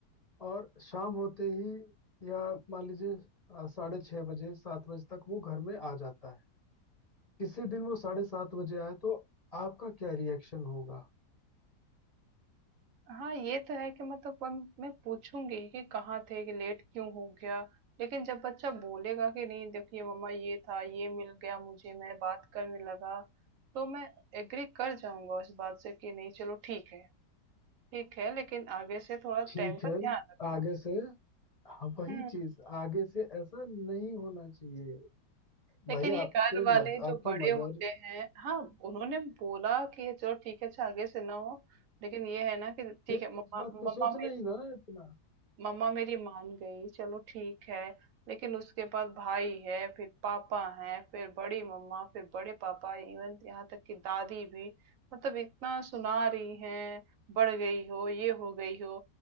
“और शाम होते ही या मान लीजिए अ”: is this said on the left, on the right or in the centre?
Left